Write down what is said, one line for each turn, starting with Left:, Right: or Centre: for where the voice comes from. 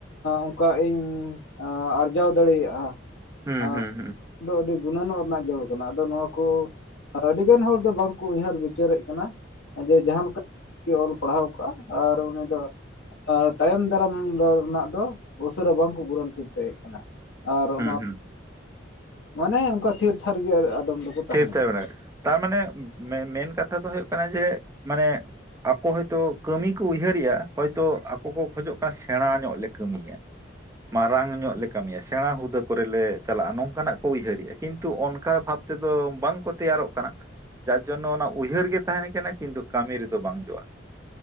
Left: ᱚᱱᱠᱟ ᱤᱧ ᱟᱨᱡᱟᱣ ᱫᱟᱲᱮᱭᱟᱜᱼᱟ
Right: ᱦᱩᱸ
Left: ᱚᱱᱟ
Right: ᱦᱩᱸ ᱦᱩᱸ
Left: ᱫᱚ ᱟᱹᱰᱤ ᱜᱩᱱᱟᱹᱱᱚᱜ ᱨᱮᱱᱟᱜ ᱡᱚᱲ ᱠᱟᱱᱟ ᱟᱫᱚ ᱱᱚᱣᱟ ᱠᱚ ᱟᱹᱰᱤᱜᱟᱱ ᱦᱚᱲ ᱫᱚ ᱵᱟᱝ ᱠᱚ ᱩᱭᱦᱟᱹᱨ ᱵᱤᱪᱟᱹᱨᱮᱫ ᱠᱟᱱᱟ ᱡᱮ ᱡᱟᱦᱟᱸ ᱞᱮᱠᱟ ᱚᱞ ᱯᱟᱲᱦᱟᱣ ᱠᱟᱜᱼᱟ ᱟᱨ ᱩᱱᱤ ᱫᱚ ᱛᱟᱭᱚᱢ ᱫᱟᱨᱟᱢ ᱨᱮᱱᱟᱜ ᱫᱚ ᱩᱥᱟᱹᱨᱟ ᱵᱟᱝ ᱠᱚ ᱜᱩᱨᱩᱱ ᱪᱤᱱᱛᱟᱹᱭᱮᱫ ᱠᱟᱱᱟ ᱟᱨ ᱚᱱᱟ
Right: ᱦᱩᱸ,
Left: ᱢᱟᱱᱮ ᱚᱱᱠᱟ ᱛᱷᱤᱨ ᱛᱷᱟᱨ ᱜᱮ ᱟᱫᱚᱢ ᱫᱚᱠᱚ
Right: ᱛᱷᱤᱨ
Left: ᱛᱟᱦᱮᱱ
Right: ᱛᱷᱟᱨ
Left: ᱠᱟᱱᱟ
Right: ᱢᱮᱱᱟᱜ ᱛᱟᱨ ᱢᱟᱱᱮ ᱢᱮᱱ ᱠᱟᱛᱷᱟ ᱫᱚ ᱦᱩᱭᱩᱜ ᱠᱟᱱᱟ ᱡᱮ ᱢᱟᱱᱮ ᱟᱠᱚ ᱦᱚᱭᱛᱳ ᱠᱟᱹᱢᱤ ᱠᱚ ᱩᱭᱦᱟᱹᱨ ᱮᱫᱟ ᱦᱚᱭᱛᱳ ᱟᱠᱚ ᱠᱚ ᱠᱷᱚᱡᱚᱜ ᱠᱟᱱᱟ ᱥᱮᱸᱬᱟ ᱧᱚᱜ ᱞᱮ ᱠᱟᱹᱢᱤᱭᱟ ᱢᱟᱨᱟᱝ ᱧᱚᱜ ᱞᱮ ᱠᱟᱹᱢᱤᱭᱟ ᱥᱮᱬᱟ ᱦᱩᱫᱟᱹ ᱠᱚᱨᱮᱞᱮ ᱪᱟᱞᱟᱜᱼᱟ ᱱᱚᱝᱠᱟ ᱱᱟᱜ ᱠᱚ ᱩᱭᱦᱟᱹᱨᱮᱫᱼᱟ ᱠᱤᱱᱛᱩ ᱚᱱᱠᱟ ᱵᱷᱟᱵᱽ ᱛᱮᱫᱚ ᱵᱟᱝ ᱠᱚ ᱛᱮᱭᱟᱨᱚᱜ ᱠᱟᱱᱟ ᱡᱟᱨ ᱡᱚᱱᱱᱚ ᱚᱱᱟ ᱩᱭᱦᱟᱹᱨ ᱜᱮ ᱛᱟᱦᱮᱸᱱ ᱠᱟᱱᱟ ᱠᱤᱱᱛᱩ ᱠᱟᱹᱢᱤ ᱨᱮᱫᱚ ᱵᱟᱝ ᱡᱚᱜᱼᱟ